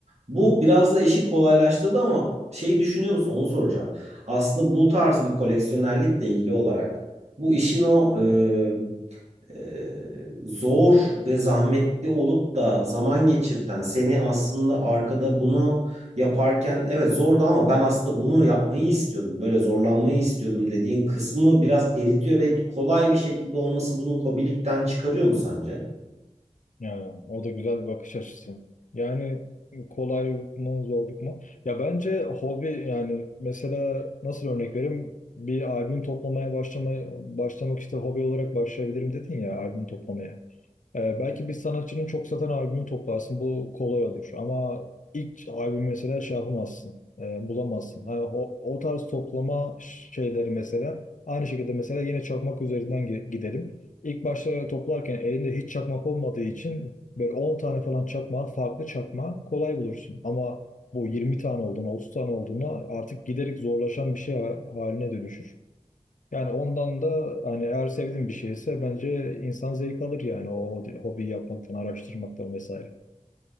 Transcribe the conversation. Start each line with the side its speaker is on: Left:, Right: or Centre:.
Right: Bu biraz da işi kolaylaştırdı ama şeyi düşünüyor musun? Onu soracağım. Aslında bu tarz bir koleksiyonerlikle ilgili olarak bu işin o e, e, zor ve zahmetli olup da zaman geçirten seni aslında arkada bunu yaparken evet zordu ama ben aslında bunu yapmayı istiyordum. Böyle zorlanmayı istiyordum dediğin kısmı biraz eritiyor ve kolay bir şekilde olması bunu hobilikten çıkarıyor mu sence?
Left: Ya o da güzel bir bakış açısı. Yani kolaylık mı zorluk mu? Ya bence hobi yani mesela nasıl örnek vereyim? Bir albüm toplamaya başlamaya başlamak işte hobi olarak başlayabilirim dedin ya albüm toplamaya. Ee, belki bir sanatçının çok satan albümü toplarsın. Bu kolay olur. Ama ilk albüm mesela şey yapamazsın. e, bulamazsın. Ha, o, o tarz toplama şeyleri mesela. Aynı şekilde mesela yine çakmak üzerinden gi- gidelim. İlk başta toplarken elinde hiç çakmak olmadığı için böyle 10 tane falan çakma, farklı çakma kolay bulursun. Ama bu 20 tane olduğuna, 30 tane olduğuna artık giderek zorlaşan bir şey ha- haline dönüşür. Yani ondan da hani eğer sevdiğin bir şeyse bence insan zevk alır yani o hobi- hobiyi yapmaktan, araştırmaktan vesaire.